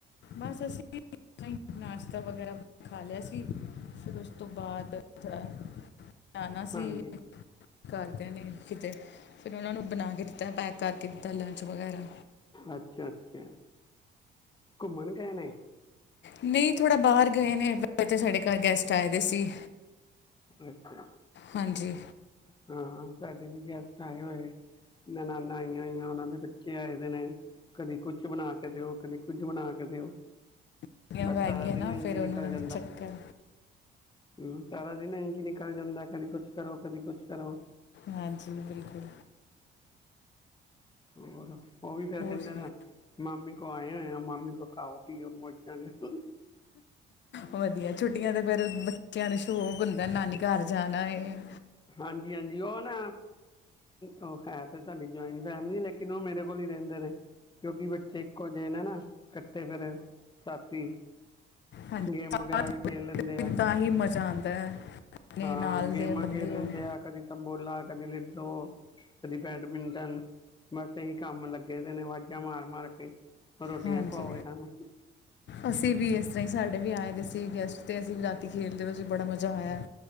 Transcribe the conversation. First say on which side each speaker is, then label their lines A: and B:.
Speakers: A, on the left; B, on the left.
A: ਬਸ ਅਸੀ ਵੀ ਨਈ ਨਾਸ਼ਤਾ ਵਗੈਰਾ ਖਾ ਲਿਆ ਸੀ ਫਿਰ ਉਸ ਤੋਂ ਬਾਅਦ ਥੋੜ੍ਹਾ ਜਾਣਾ ਸੀ
B: ਹਾਂਜੀ
A: ਘਰਦਿਆਂ ਨੇ ਕਿਤੇ ਫੇਰ ਉਹਨਾਂ ਨੂੰ ਬਣਾ ਕੇ ਦਿੱਤਾ ਪੈਕ ਕਰਕੇ ਦਿੱਤਾ ਲੰਚ ਵਗੈਰਾ।
B: ਅੱਛਾ-ਅੱਛਾ, ਘੁੰਮਣ ਗ‌ਏ ਨੇ?
A: ਨਹੀਂ, ਥੋੜ੍ਹਾ ਬਾਹਰ ਗਏ ਨੇ ਵੈਸੇ ਤੇ ਸਾਡੇ ਘਰ ਗੈਸਟ ਆਏ ਦੇ ਸੀ।
B: ਅੱਛਾ-ਅੱਛਾ,
A: ਹਾਂਜੀ
B: ਸਾ ਹਾ ਸਾਡੇ ਵੀ ਗੈਸਟ ਆਏ ਹੋਏ। ਨਨਾਨਾਂ ਆਈਆਂ ਹੋਈਆਂ ਉਹਨਾਂ ਦੇ ਬੱਚੇ ਆਏ ਦੇ ਨੇ। ਕਦੀ ਕੁਛ ਬਣਾ ਕੇ ਦਿਓ ਕਦੀ ਕੁੱਝ ਬਣਾ ਕੇ ਦਿਓ।
A: ਛੁੱਟੀਆਂ
B: ਬਸ
A: ਪੈ
B: ਸਾਰਾ
A: ਗਈਆਂ
B: ਦਿਨ
A: ਨਾ
B: ਇੰਝ
A: ਫਿਰ
B: ਈ ਨਿਕਲ
A: ਉਹਨਾਂ ਦਾ
B: ਜਾਂਦਾ।
A: ਚੱਕਰ
B: ਹਮ ਸਾਰਾ ਦਿਨ ਇੰਝ ਨਿਕਲ ਜਾਂਦੈ ਕਦੀ ਕੁਛ ਕਰੋ ਕਦੀ ਕੁਛ ਕਰੋ।
A: ਹਾਂਜੀ ਬਿਲਕੁਲ।
B: ਹੋਰ ਉਹ ਵੀ ਫੇਰ
A: ਹੋਰ
B: ਕਹਿੰਦੇ
A: ਸੁਣਾਓ?
B: ਦਾ ਮਾਮੀ ਕੋ ਆਏ ਹੋਏ ਆ ਮਾਮੀ ਕੋ ਖਾਓ ਪੀਓ ਮੋਜਾਂ ਕਰੋ।
A: ਵਧੀਆ ਛੁੱਟੀਆਂ ਤੇ ਫੇਰ ਬੱਚਿਆਂ ਨੂੰ ਸ਼ੌਕ ਹੁੰਦੈ ਨਾਨੀ ਘਰ ਜਾਣਾ ਏ।
B: ਹਾਂਜੀ ਹਾਂਜੀ ਉਹ ਨਾ ਉਹ ਹੈ ਤੇ ਸਾਡੀ ਜੁਆਇੰਟ ਫੈਮਿਲੀ ਲੇਕਿਨ ਉਹ ਮੇਰੇ ਕੋਲ ਈ ਰਹਿੰਦੇ ਨੇ। ਕਿਉਂਕਿ ਬੱਚੇ ਇੱਕੋ ਜਿਹੇ ਨੇ ਨਾ ਇਕੱਠੇ ਫੇਰ ਸਾਥੀ
A: ਹਾਂਜੀ
B: ਗੇਮ
A: ਸਾਥ
B: ਵਗੈਰਾ ਵੀ ਖੇਲ ਲੈਂਦੇ
A: ਫਿਰ
B: ਆ।
A: ਤਾਂ ਹੀ ਮਜ਼ਾ ਆਉਂਦਾ ਹੈ ਆਪਣੇ
B: ਹਾਂ
A: ਨਾਲ
B: ਗੇਮਾਂ
A: ਦੇ ਬੰਦੇ
B: ਖੇਲ
A: ਹੋਣ
B: ਲੈਂਦੇ ਆ ਕਦੀ ਤੰਬੋਲਾ ਕਦੀ ਲਿਡੋ। ਕਦੀ ਬੈਡਮਿੰਟਨ ਬਸ ਇਹੀ ਕੰਮ ਲੱਗੇ ਦੇ ਨੇ ਵਾਜ਼ਾਂ ਮਾਰ ਮਾਰ ਕੇ।
A: ਹਾਂਜੀ।
B: ਰੋਟੀਆਂ ਖਵਾਓ ਇਹਨਾਂ ਨੂੰ
A: ਅਸੀਂ ਵੀ ਏਸਰ੍ਹਾਂ ਈ ਸਾਡੇ ਵੀ ਆਏ ਦੇ ਸੀ ਗੈਸਟ, ਤੇ ਅਸੀਂ ਰਾਤੀ ਖੇਲਦੇ ਵ‌ਏ ਵਿੱਚ ਬੜਾ ਮਜ਼ਾ ਆਇਆ।